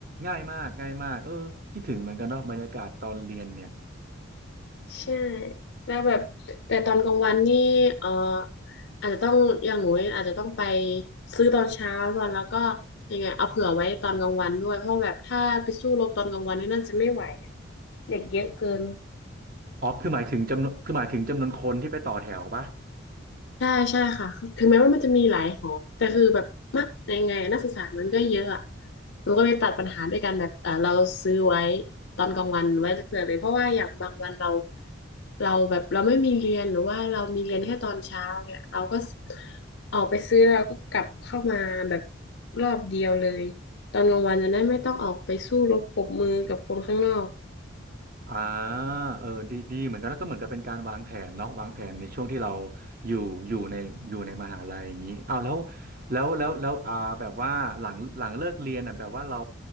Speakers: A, on the right; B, on the left.
A: ง่ายมากง่ายมากเออคิดถึงเหมือนกันเนาะบรรยากาศตอนเรียนเนี่ย
B: ใช่แล้วแบบแต่ตอนกลางวันนี่เอ่ออาจจะต้องอย่างหนูอาจจะต้องไปซื้อตอนเช้าวันแล้วก็ยังไงเอาเผื่อไว้ตอนกลางวันด้วยเพราะแบบถ้าไปสู้รบตอนกลางวันนี่น่าจะไม่ไหวเด็กเยอะเกิน
A: อ๋อคือหมายถึงจำนวนคือหมายถึงจำนวนคนที่ไปต่อแถวปะ
B: ใช่ใช่ค่ะคือถึงแม้ว่ามันจะมีหลายหอ แต่คือแบบมะยังไงอะนักศึกษามันก็เยอะอะหนูก็เลยตัดปัญหาด้วยการแบบเออเราซื้อไว้ตอนกลางวันไว้เผื่อเลยเพราะว่าอย่างบางวันเราเราแบบเราไม่มีเรียนหรือว่าเรามีเรียนแค่ตอนเช้าเนี่ยเราก็ออกไปซื้อเราก็กลับเข้ามาแบบรอบเดียวเลยตอนกลางวันจะได้ไม่ต้องออกไปสู้รบปรบมือกับคนข้างนอก
A: อ่าเออดีดีเหมือนกันแล้วก็เหมือนกับเป็นการวางแผนเนาะวางแผนในช่วงที่เราอยู่อยู่ในอยู่ในมหาลัยอย่างนี้เอาวแล้วแล้วแล้วแล้วอ่าแบบว่าหลังหลังเลิกเรียนอ่ะแบบว่าเรา